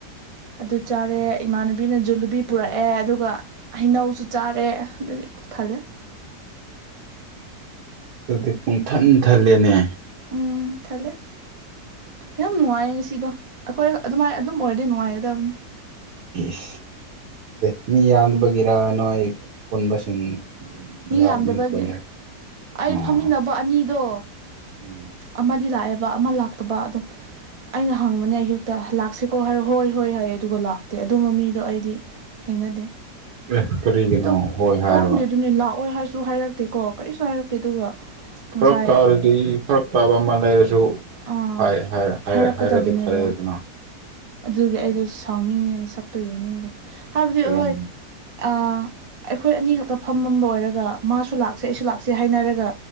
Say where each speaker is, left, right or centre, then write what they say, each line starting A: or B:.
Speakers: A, on the right (about 50°); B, on the right (about 70°).
A: ꯑꯗꯨ ꯆꯥꯔꯦ ꯏꯃꯥꯟꯅꯕꯤꯅ ꯖꯤꯂꯤꯕꯤ ꯄꯨꯔꯛꯑꯦ ꯑꯗꯨꯒ ꯍꯩꯅꯧꯁꯨ ꯆꯥꯔꯦ ꯑꯗꯨꯒꯤ ꯊꯜꯂꯦ
B: ꯑꯗꯤ ꯄꯨꯡꯊꯟ ꯊꯜꯂꯦꯅꯦ
A: ꯎꯝ ꯊꯜꯂꯦ ꯌꯥꯝ ꯅꯨꯡꯉꯥꯏ ꯉꯁꯤꯗꯣ ꯑꯩꯈꯣꯏ ꯑꯗꯨꯃꯥꯏ ꯑꯗꯨꯝ ꯑꯣꯏꯔꯗꯤ ꯅꯨꯡꯉꯥꯏꯒꯗꯕꯅꯦ
B: ꯏꯁ <unintelligible> ꯃꯤ ꯌꯥꯝꯗꯕꯒꯤꯔ ꯅꯣꯏ ꯄꯨꯟꯕꯁꯤꯡ
A: ꯃꯤ
B: ꯂꯥꯛꯃꯤꯟꯅꯕꯒꯤꯔ
A: ꯌꯥꯝꯗꯕꯒꯤ ꯑꯩ
B: ꯑꯣ
A: ꯐꯝꯃꯤꯟꯅꯕ ꯑꯅꯤꯗꯣ
B: ꯎꯝ
A: ꯑꯃꯗꯤ ꯂꯥꯛꯑꯦꯕ ꯑꯃ ꯂꯥꯛꯇꯕ ꯑꯗꯣ ꯑꯩꯅ ꯍꯪꯕꯅꯦ ꯑꯌꯨꯛꯇ ꯂꯥꯛꯁꯤꯀꯣ ꯍꯥꯏ ꯍꯣꯏ ꯍꯥꯏꯌꯦ ꯑꯗꯨꯒ ꯂꯥꯛꯇꯦ ꯑꯗꯨꯝꯕ ꯃꯤꯗꯣ ꯑꯩꯗꯤ ꯍꯩꯅꯗꯦ
B: ꯑꯦ ꯀꯔꯤꯒꯤꯅꯣ
A: ꯑꯗꯣ
B: ꯍꯣꯏ ꯍꯥꯏꯔꯒ
A: ꯈꯪꯗꯦ ꯑꯗꯨꯅꯦ ꯂꯥꯛ ꯑꯣꯏ ꯍꯥꯏꯁꯨ ꯍꯥꯏꯔꯛꯇꯦꯀꯣ ꯀꯔꯤꯁꯨ ꯍꯥꯏꯔꯛꯇꯦ ꯑꯗꯨꯒ ꯉꯁꯥꯏ
B: ꯐꯔꯛ ꯇꯥꯔꯗꯤ ꯐꯔꯛ ꯇꯥꯕ ꯑꯃ ꯂꯩꯔꯁꯨ
A: ꯑꯥ
B: ꯍꯥꯏ ꯍꯥꯏ ꯍꯥꯏ
A: ꯍꯥꯏꯔꯛꯀꯗꯕꯅꯦꯕ
B: ꯍꯥꯏꯔꯗꯤ ꯐꯔꯦꯗꯅ
A: ꯑꯗꯨꯒꯤ ꯑꯩꯗꯣ ꯁꯥꯎꯅꯤꯡꯉꯦ ꯃꯁꯛꯇꯨ ꯌꯦꯡꯅꯤꯡꯗꯦ ꯍꯥꯏꯕꯗꯤ
B: ꯀꯔꯝ
A: ꯍꯣꯏ ꯑꯩꯈꯣꯏ ꯑꯅꯤ ꯈꯛꯇ ꯐꯝꯃꯝꯕ ꯑꯣꯏꯔꯒ ꯃꯥꯁꯨ ꯂꯥꯛꯁꯦ ꯑꯩꯁꯨ ꯂꯥꯛꯁꯦ ꯍꯥꯏꯅꯔꯒ